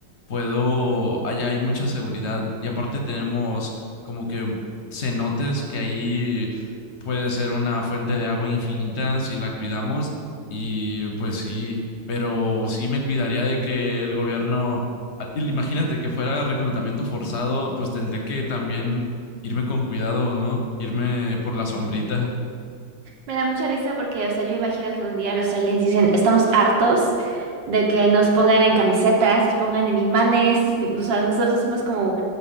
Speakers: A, on the left; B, on the right.
A: puedo, allá hay mucha seguridad y aparte tenemos como que cenotes que ahí puede ser una fuente de agua infinita si la cuidamos y pues sí, pero sí me cuidaría de que el gobierno... Ah, y Imagínate que fuera reclutamiento forzado, pues tendría que también irme con cuidado o no, irme por la sombrita.
B: Me da mucha risa porque, o sea, yo imagino que un día los aliens dicen, estamos hartos de que nos pongan en camisetas, nos pongan en imanes, o sea, nosotros somos como